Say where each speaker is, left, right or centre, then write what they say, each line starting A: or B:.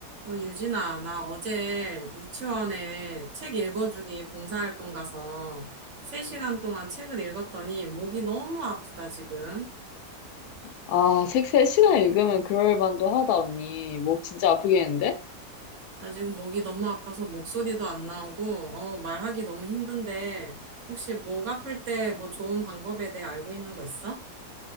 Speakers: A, on the right; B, on the left.
A: 어, 유진아, 나 어제 유치원에 책 읽어주기 봉사활동 가서 3시간 동안 책을 읽었더니 목이 너무 아프다, 지금.
B: 아, 책 3시간 읽으면 그럴 만도 하다, 언니. 목 진짜 아프겠는데?
A: 나 지금 목이 너무 아파서 목소리도 안 나오고, 어, 말하기 너무 힘든데, 혹시 목 아플 때 뭐 좋은 방법에 대해 알고 있는 거 있어?